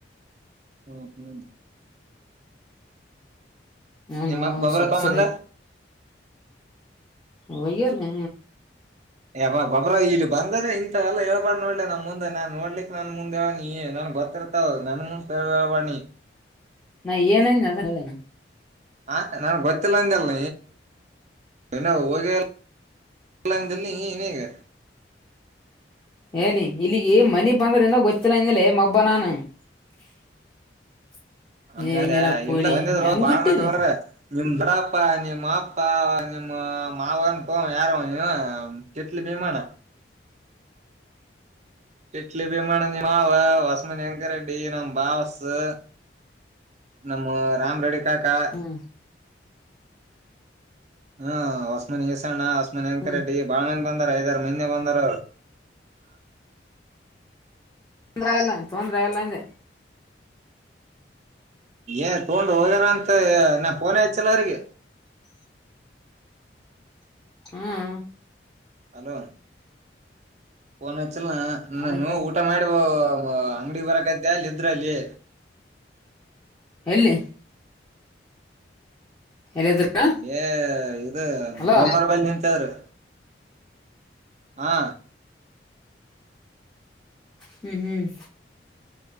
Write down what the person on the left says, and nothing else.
ನಾನು
ಶಕ್ಸರ
ಒಹೆನ
ನಾ ಏನೇನ್ ಅದರಲ್ಲೇನು
ಹೇಳಿ ಇಲ್ಲಿಗೆ ಮನಿ ಬಂದ್ರಿಂದ ಗೊತ್ತಿಲ್ಲ ಹಿಂದೇಲೆ ಮಬ್ಬ ನಾನು <unintelligible>
ಏ ನಿನಗ್ ಕೊಡಿ
ಹೆಂಗ್
ಬಿಟ್ಟಿದಿ
ಹ್ಮ್
ಹ್ಮ್
ತೊಂದ್ರ ಇಲ್ಲ ತೊಂದ್ರ ಇಲ್ಲ ಅಂದೆ
ಹ್ಮ್
ಅದಕ್ಕೆ
ಎಲ್ಲಿ ಎಲ್ಲಿದ್ರ
ಹಲೋ
ಹ್ಮ್ ಹ್ಮ್